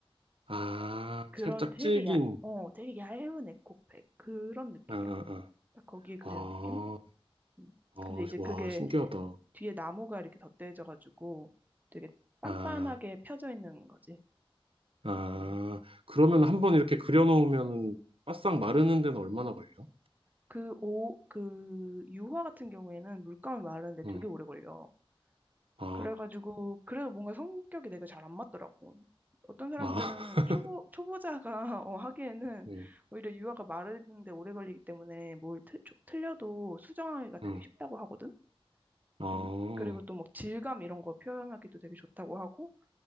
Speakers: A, on the right; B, on the right.
A: 아,
B: 그런
A: 살짝
B: 되게
A: 질긴,
B: 얇, 어, 되게 얇은 에코백 그런 느낌이야.
A: 아, 아, 아.
B: 딱 거기에 그리는
A: 아,
B: 느낌? 음.
A: 아,
B: 근데 이제
A: 와,
B: 그게
A: 신기하다.
B: 뒤에 나무가 이렇게 덧대져가지고 되게 빤빤하게
A: 아,
B: 펴져 있는 거지.
A: 아,
B: 그걸로.
A: 그러면 한 번 이렇게 그려놓으면 바싹 마르는 데는 얼마나 걸려요?
B: 그 오, 그 유화 같은 경우에는 물감이 마르는데
A: 응,
B: 되게 오래 걸려.
A: 아,
B: 그래가지고 그래도 뭔가 성격이 내가 잘 안 맞더라고. 어떤 사람들은
A: 아, <laughs>
B: 초보 초보자가 <laughs> 어, 하기에는
A: 응,
B: 오히려 유화가 마르는데 오래 걸리기 때문에 뭘 틀, 조- 틀려도 수정하기가 되게
A: 응,
B: 쉽다고 하거든.
A: 아,
B: 근- 그리고 또 막 질감 이런 거 표현하기도 되게 좋다고 하고.